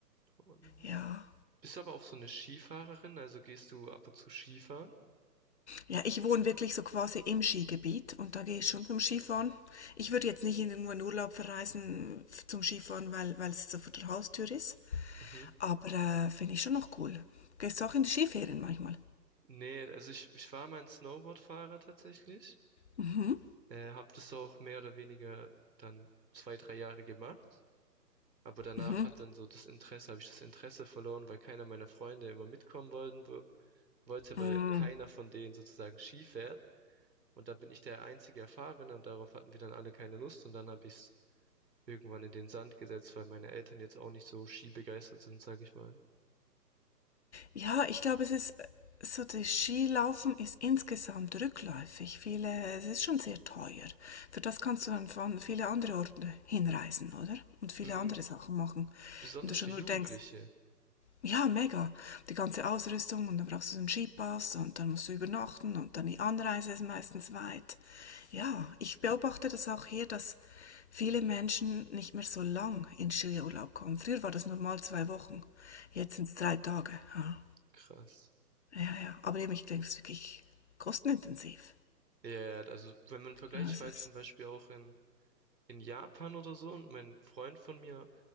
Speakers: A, on the right (about 80°); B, on the left (about 40°).
A: Und
B: Ja.
A: bist du aber auch so eine Skifahrerin? Also gehst du ab und zu Skifahren?
B: Ja, ich wohne wirklich so quasi im Skigebiet und da gehe ich schon zum Skifahren. Ich würde jetzt nicht irgendwo in irgendeinen Urlaub verreisen f- zum Skifahren, weil, weil es so vor der Haustür ist.
A: Mhm.
B: Aber äh, finde ich schon noch cool. Gehst du auch in die Skiferien manchmal?
A: Nee, also ich, ich war mal ein Snowboardfahrer tatsächlich.
B: Mhm.
A: Äh, hab das auch mehr oder weniger dann zwei, drei Jahre gemacht. Aber danach
B: Mhm.
A: hat dann so das Interesse, habe ich das Interesse verloren, weil keiner meiner Freunde immer mitkommen wollen, wo- wollte, weil
B: Mm.
A: keiner von denen sozusagen Ski fährt. Und da bin ich der einzige Erfahrene und darauf hatten wir dann alle keine Lust und dann habe ich es irgendwann in den Sand gesetzt, weil meine Eltern jetzt auch nicht so skibegeistert sind, sage ich mal.
B: Ja, ich glaube, es ist äh, so, das Skilaufen ist insgesamt rückläufig. Viele, es ist schon sehr teuer. Für das kannst du dann von viele andere Orte hinreisen, oder? Und viele
A: Mm,
B: andere Sachen machen.
A: besonders
B: Wenn du schon
A: für Jugendliche.
B: nur denkst, Ja, mega. Die ganze Ausrüstung und dann brauchst du so einen Skipass und dann musst du übernachten und dann die Anreise ist meistens weit. Ja, ich beobachte das auch hier, dass viele Menschen nicht mehr so lang in Skiurlaub kommen. Früher war das normal zwei Wochen, jetzt sind es drei Tage. Ja,
A: Krass.
B: ja, ja. aber eben, ich denke, es ist wirklich kostenintensiv.
A: Ja, ja, also wenn man vergleicht,
B: Ja,
A: ich
B: Es
A: war
B: ist,
A: jetzt zum Beispiel auch in, in Japan oder so und mein Freund von mir,